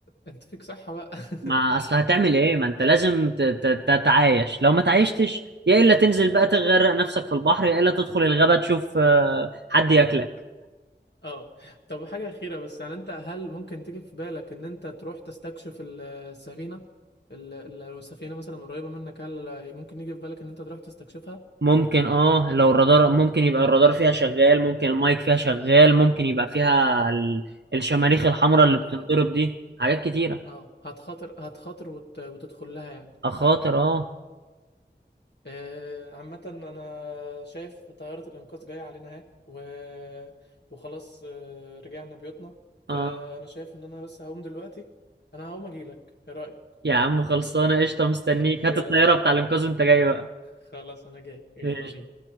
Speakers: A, on the left (about 65°); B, on the right (about 70°).
A: انت فيك صحة بقى <laughs>
B: ما أصل هتعمل إيه ما أنت لازم ت- ت- تتعايش لو ما تعايشتش يا إلا تنزل بقى تغرق نفسك في البحر يا إلا تدخل الغابة تشوف آه، حد ياكلك
A: اه طب حاجة أخيرة بس يعني انت هل ممكن تيجي في بالك ان انت تروح تستكشف ال- السفينة ال- لو السفينة مثلا قريبة منك هل ممكن يجي في بالك ان انت تروح تستكشفها
B: ممكن اه لو الرادار ممكن يبقى الرادار فيها شغال ممكن المايك فيها شغال ممكن يبقى فيها ال... الشماريخ الحمراء
A: يعني
B: اللي بتنضرب دي حاجات كتيرة
A: اه هتخاطر هتخاطر وت... وتدخل لها يعني
B: أخاطر اه
A: آه، عامة أنا شايف طيارة الإنقاذ جاية علينا أهي و... وخلاص آه، رجعنا بيوتنا فأنا
B: آه.
A: شايف إن أنا بس هقوم دلوقتي أنا هقوم أجيلك إيه رأيك؟
B: يا عم خلصانه قشطه مستنيك
A: <laughs>
B: هات
A: يلا
B: الطياره بتاع الانقاذ وانت جاي بقى
A: خلاص أنا جاي يلا
B: قشطة.
A: بينا